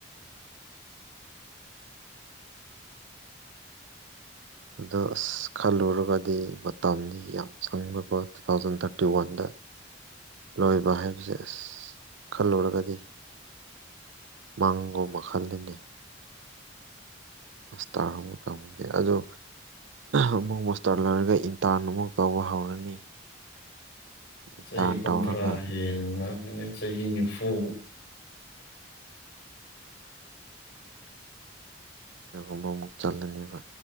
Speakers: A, on the right; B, on the left.
A: ꯑꯗꯣ ꯑꯁ ꯈꯜꯂꯨꯔꯒꯗꯤ ꯃꯇꯝꯗꯤ ꯌꯥꯝ ꯆꯪꯕꯀꯣ ꯇꯨ ꯊꯥꯎꯖꯟ ꯊꯥꯔꯇꯤ ꯋꯥꯟꯗ ꯂꯣꯏꯕ ꯍꯥꯏꯕꯁꯦ ꯑꯁ ꯈꯜꯂꯨꯔꯒꯗꯤ ꯃꯥꯡꯒꯣ ꯃꯈꯜꯗꯅꯦ ꯑꯁ ꯇꯥꯔꯕ ꯇꯝꯃꯗꯦ ꯑꯗꯣ ꯑꯃꯨꯛ ꯃꯣꯁꯇꯔ ꯂꯣꯏꯔꯒ ꯏꯟꯇꯥꯔꯟ ꯑꯃꯨꯛ ꯇꯧꯕ ꯍꯧꯔꯅꯤ ꯏꯟꯇꯔꯟ
B: ꯆꯩ ꯀꯨꯟꯗ꯭ꯔꯥ
A: ꯇꯧꯔꯒ
B: ꯍꯦꯡꯕ ꯆꯍꯤ ꯅꯤꯐꯨꯔꯥ
A: ꯀꯒꯨꯝꯕ ꯑꯃꯨꯛ ꯆꯜꯂꯅꯦꯕ